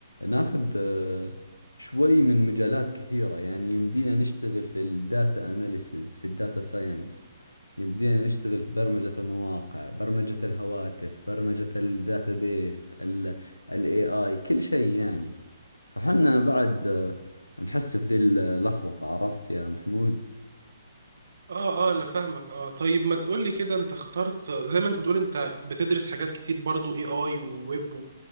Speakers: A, on the left; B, on the right.
A: ناخذ آه، شوي من مجالات كثيرة يعني يمدينا نشتغل في الداتا أناليسز في الداتا ساينس يمدينا نشتغل في برمجة المواقع برمجة الهواتف برمجة الداتابيس ال ال AI كل شيء يعني فحنا بعد آه، نحس في ذي اللخبطة عرفت يا محمود
B: اه اه انا فاهمك اه طيب ما تقولي كده انت اخترت زي ما انت بتقول انت بتدرس حاجات كتير برضو اي اي وويب